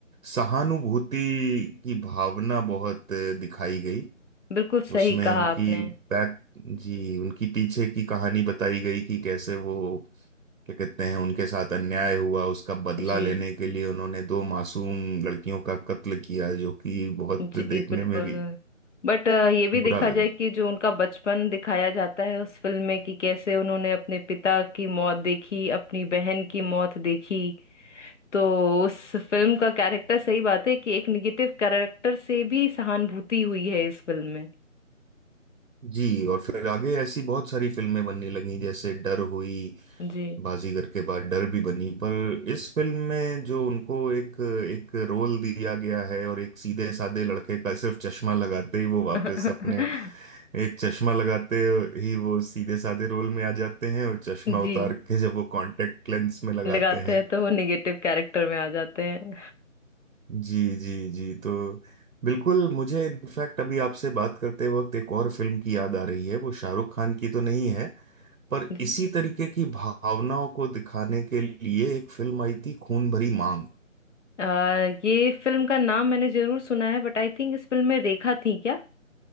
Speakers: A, on the right; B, on the left.
A: सहानुभूति की भावना बहुत दिखाई गई
B: बिल्कुल सही
A: उसमें
B: कहा
A: उनकी
B: आपने
A: बैक जी उनकी पीछे की कहानी बताई गई कि कैसे वो क्या कहते हैं उनके साथ अन्याय हुआ उसका बदला
B: जी
A: लेने के लिए उन्होंने दो मासूम लड़कियों का कत्ल किया जो कि बहुत
B: जी
A: देखने
B: बिल्कुल
A: में भी
B: बट ये भी
A: बुरा
B: देखा
A: लगा
B: जाए कि जो उनका बचपन दिखाया जाता है उस फिल्म में कि कैसे उन्होंने अपने पिता की मौत देखी अपनी बहन की मौत देखी तो उस फिल्म का कैरेक्टर सही बात है कि एक निगेटिव कैरेक्टर से भी सहानुभूति हुई है इस फिल्म में
A: जी और फिर आगे ऐसी बहुत सारी फिल्में बनने लगी जैसे डर हुई
B: जी
A: बाजीगर के बाद डर भी बनी पर इस फिल्म में जो उनको एक एक रोल दिया गया है और एक सीधे साधे लड़के का सिर्फ चश्मा लगाते ही वो वापस
B: <laughs>
A: अपने एक चश्मा लगाते ही वो सीधे साधे रोल में आ जाते हैं और चश्मा
B: जी
A: उतार के जब वो कांटेक्ट लेंस में लगाते
B: लगाते
A: हैं
B: हैं तो वो नेगेटिव कैरेक्टर में आ जाते हैं
A: जी जी जी तो बिल्कुल मुझे इनफैक्ट अभी आपसे बात करते वक्त एक और फिल्म की याद आ रही है वो शाहरुख खान की तो नहीं है पर
B: जी।
A: इसी तरीके की भावनाओं को दिखाने के लिए एक फिल्म आई थी खून भरी मांग
B: आ, ये फिल्म का नाम मैंने जरूर सुना है बट आई थिंक इस फिल्म में रेखा थी क्या